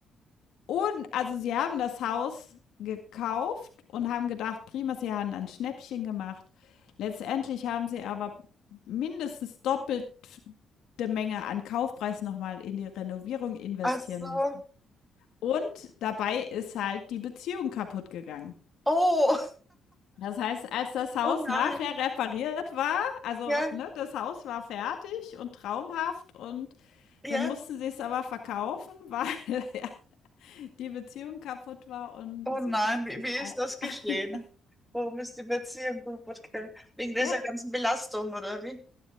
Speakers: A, on the left; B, in the centre.
A: un also, sie haben das Haus gekauft und haben gedacht: „Prima“, sie haben ein Schnäppchen gemacht. Letztendlich haben sie aber mindestens doppelt f Menge an Kaufpreis nochmal in die Renovierung investieren
B: Ach so.
A: müssen. Und dabei ist halt die Beziehung kaputt gegangen.
B: Oh,
A: Das heißt, als das Haus
B: oh nein.
A: nachher repariert war also,
B: Ja,
A: ne, das Haus war fertig und traumhaft und
B: ja.
A: dann mussten sie es aber verkaufen, weil <laughs> ja die Beziehung kaputt war und
B: Oh
A: sie
B: nein,
A: sich
B: wie,
A: das
B: wie
A: ei
B: ist das geschehen?
A: <laughs>
B: Warum ist die Beziehung kaputt gegangen? Wegen dieser
A: ja,
B: ganzen Belastung, oder wie?